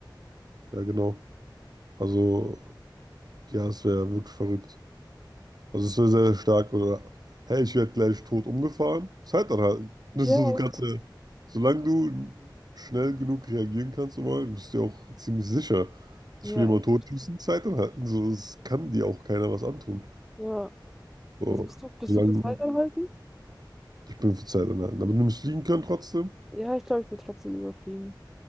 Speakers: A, on the right; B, in the centre.
A: ja, genau. Also, ja, es wäre wirklich verrückt. Also es wäre sehr stark, oder hey, ich werde gleich tot umgefahren, Zeit anhalten.
B: Und
A: Das
B: ja,
A: ist so, du kannst ja, solange du schnell genug reagieren kannst, immer, bist du ja auch ziemlich sicher. Ich
B: ja,
A: will jemanden
B: eigentlich,
A: totschießen, Zeit anhalten. So, es kann dir auch keiner was antun.
B: ja.
A: So,
B: Also bist du, bist
A: solange
B: du für Zeit anhalten?
A: ich bin für Zeit anhalten. Aber du musst fliegen können trotzdem,
B: Ja, ich glaube, ich würde trotzdem lieber fliegen.